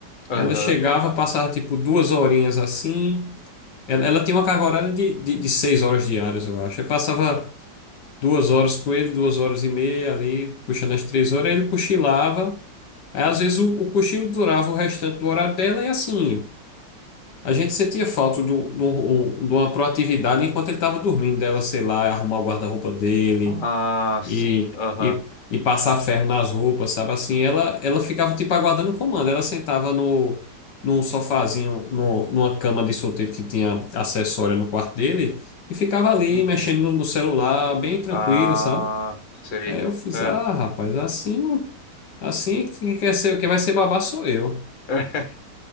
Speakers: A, on the left; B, on the left.
A: aham.
B: Ela chegava, passava tipo duas horinhas assim. Ela, ela tinha uma carga horária de, de, de seis horas diárias, eu acho. Aí passava duas horas com ele, duas horas e meia ali, puxando as três horas, aí ele cochilava. Aí às vezes o, o cochilo durava o restante do horário dela e assim, a gente sentia falta do, do, um- de uma proatividade enquanto ele estava dormindo, dela, sei lá, arrumar o guarda-roupa dele
A: Ah, sim,
B: e,
A: aham.
B: e, e passar ferro nas roupas, sabe? Assim, ela, ela ficava tipo aguardando o comando. Ela sentava no, num sofazinho, no, numa cama de solteiro que tinha acessória no quarto dele e ficava ali
A: Uhum.
B: mexendo no, no celular, bem tranquila,
A: Ah,
B: sabe?
A: sei.
B: Aí eu fiz,
A: É.
B: ah, rapaz, assim, não- assim que quer ser, que vai ser babá sou eu.
A: <laughs>